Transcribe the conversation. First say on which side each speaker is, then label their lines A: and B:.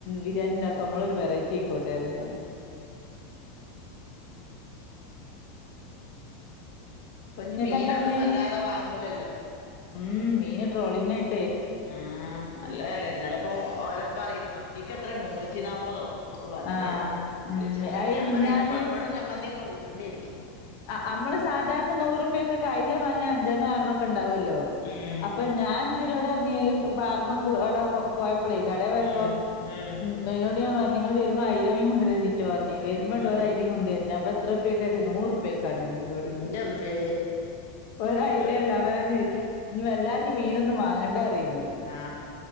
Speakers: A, on the left; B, on the left.
A: ബിരിയാണിണ്ടാക്കും നമ്മളൊരു വെറൈറ്റി ആക്കോ ട്ടേറിന്നോട്
B: പ്പൊഞ്ഞ്
A: നിങ്ങക്കെന്താ
B: മീനൊന്നും
A: ഇന്ന്
B: വല്ലാതെ വാങ്ങൂലല്ലോ
A: ഉം മീന് ട്രോളിങ്ങായി
B: ഉം നല്ല വെലേന്നലപ്പൊ ഓലപ്പറിണ് മത്തിക്ക ത്രെ മുന്നൂറ്റി നാപ്പതോ ഒക്കെ പറഞ്ഞ്
A: ആഹ് ഉം
B: വിച്ചിട്ട്
A: അയ്
B: ഞാൻ
A: മിഞ്ഞാന്ന്
B: പറയാ ഇനി പപ്പടം ചമ്മന്തിയൊക്കെ കൂട് തീരും
A: അ അമ്മള് സാധാരണ നൂറുപ്യൊക്കൊക്കെ അയില വാങ്ങിയാ അഞ്ചണ്ണൊ ആറണ്ണൊക്കെ ണ്ടാവൊല്ലോ
B: ഉം
A: അപ്പൊ ഞാൻ ഇതിനോട് നീ ബാർമക്ക്ട പോയ പ്പളേ കടേ പോയപ്പോ
B: ഉം ഉം
A: അയ്നോട് ഞാ പറഞ്ഞ് ങ്ങള് വരുമ്പോ അയ്ല മീൻ കൊണ്ടരണ്ടിട്ട് പറഞ്ഞേ വരുമ്പോണ്ട്
B: ആഹ്
A: ഒരയിലേം കൊണ്ടുവരണ് അപ്പ എത്രപ്പേക്കച്ച് നൂർ പ്പേക്കാണ് ന്ന്ന്നോട്
B: ഇന്റമ്മേ
A: ഒരായിലേല്ല
B: ഔ
A: അവേന് ഞ്ഞ് വല്ലാണ്ട് മീനൊന്നും വാങ്ങണ്ടാറയും
B: ആ